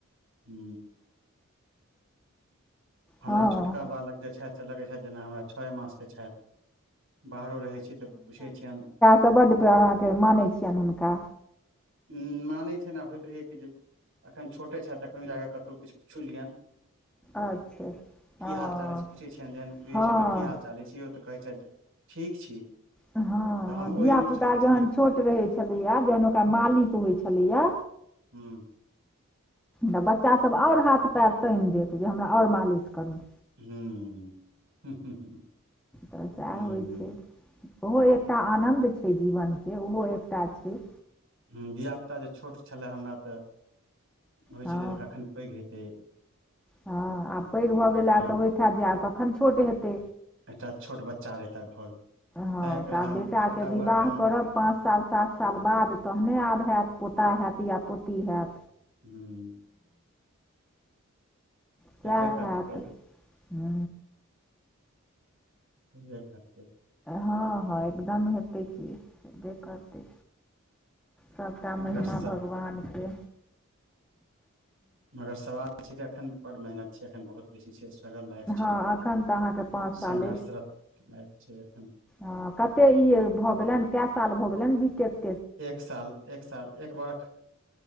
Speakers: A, on the right; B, in the centre.
A: हु, हमरा
B: हँ
A: छोटका बालक। जे छथ सँ लगै छथ जेना हमरा छओ मासके छथि बाहरो रहै छी तऽ पुछै छियन
B: बड़ अहाँकेँ मानै छियनि हुनका
A: उ माने छै ने आ होइत रहए कि जे अखन छोटे छै त अखन जाके कतहु किछ छु लियन।
B: अच्छा।
A: की
B: हँ
A: हाल चाल अछि छै, पूछै छियनि जेहन पूछैत
B: हँ
A: छियनि कि हाल चाल अछि छै, ओ तऽ कहै छथि ठीक छी।
B: हँ, हँ,
A: तऽ हम
B: धियापुता
A: ओहि रूपसँ देखै छियनि
B: जखन
A: कि
B: छोट रहैत छलैए जखन ओकरा मालिश होइत छलैए।
A: हूँ।
B: तऽ बच्चा सभ और हाथ पैर तानि देत जे हमरा और मालिश करे।
A: हूँ हूँ।
B: तऽ सएह
A: हूँ
B: होइ छै। ओहो एकटा आनन्द छै जीवनके ओहो एकटा छ
A: ँ धियापुता जे छोट छलय हमरा तऽ होइत
B: हँ
A: छलै जे कखन पैघ हेत
B: हँ आ पैघ भऽ गेलए
A: तहन
B: तऽ होइत हत जायब कखन छोट हेत
A: एकटा छोट बच्चा रहिताै घरमे
B: हँ
A: तैँ एकरा
B: तऽ आब
A: हम
B: बेटाके
A: छोटका
B: विवाह
A: बौआके ह
B: करब पाँच साल साँत साल बाद तहने आब हैत पोता हयत या पोती है
A: ह
B: सएह
A: हेबे करतै
B: हए तऽ ह
A: <unintelligible>
B: हाँ हाँ
A: करतै
B: एकदम हेतै कि हयबे करत सभटा महिमा
A: मगर स
B: भगवानक
A: मगर सवाल छै एखन बड़ मेहनत छै अखन बहुत बेसी छ स्ट्रगल लाइफ
B: हँ
A: छै
B: एखन तऽ अहाँके पाँच
A: संघर्षरत
B: साल
A: लाइफ छै एख
B: ह कते ई भऽ गेलन कए साल भऽ गेलन बी ट
A: एक साल एक साल एक वर